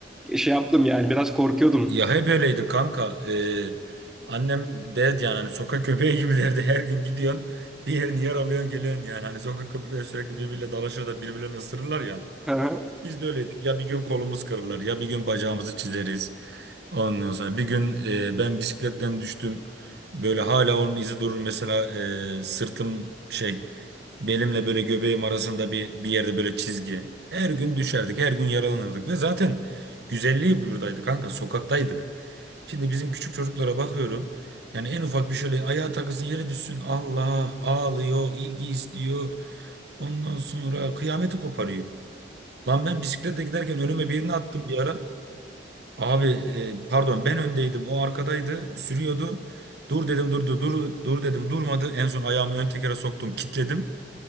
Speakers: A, in the centre; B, on the right.
A: şey yaptım yani biraz korkuyordum.
B: Ya hep öyleydi kanka. Ee, annem derdi yani hani sokak köpeği gibi derdi. Her gün gidiyorsun bir yerini yaralıyorsun geliyorsun yani. Hani sokak köpekleri sürekli birbiriyle dalaşır da birbirlerini ısırırlar ya.
A: <laughs>
B: Biz de öyleydik. Ya bir gün kolumuz kırılır ya bir gün bacağımızı çizeriz. Ondan sonra bir gün e, ben bisikletten düştüm. Böyle hala onun izi durur. Mesela e, sırtım şey belimle böyle göbeğim arasında bir, bir yerde böyle çizgi. Her gün düşerdik her gün yaralanırdık ve zaten güzelliği buradaydı kanka sokaktaydık. Şimdi bizim küçük çocuklara bakıyorum. Yani en ufak bir şöyle ayağa takılsın yere düşsün. Allah ağlıyor, ilgi istiyor. Ondan sonra kıyameti koparıyor. Lan ben bisikletle giderken önüme birini attım bir ara. Abi e, pardon ben öndeydim o arkadaydı sürüyordu. Dur dedim durdu dur dur dedim durmadı. En son ayağımı ön tekere soktum kitledim.